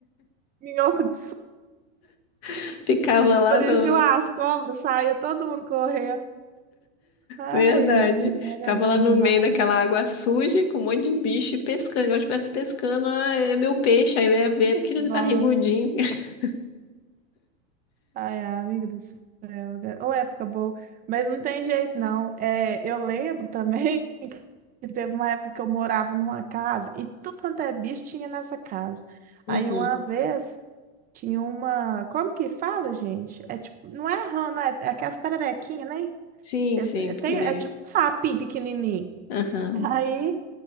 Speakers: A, on the right; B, on the left.
A: Minhoco de
B: <laughs> Ficava lá
A: Por
B: no.
A: isso as cobras saíam todo mundo correndo. Ai,
B: Verdade.
A: ai,
B: Ficava
A: era bom
B: lá no
A: demais.
B: meio daquela água suja com um monte de bicho e pescando. Igual se estivesse pescando, ah, é meu peixe. Aí eu ia ver aqueles
A: Nossa,
B: barrigudinhos. <laughs>
A: ai, ai, amiga do céu. né? Ô, época boa. Mas não tem jeito, não. É, eu lembro também <laughs> que teve uma época que eu morava numa casa e tudo quanto é bicho tinha nessa casa.
B: Uhum.
A: Aí uma vez tinha uma. Como que fala, gente? É tipo, não é rã, não é, é aquelas pererequinhas, né?
B: Sim,
A: Que as-
B: sim,
A: é, tem-
B: pequenininho.
A: É tipo um sapinho pequenininho.
B: Aham.
A: Aí.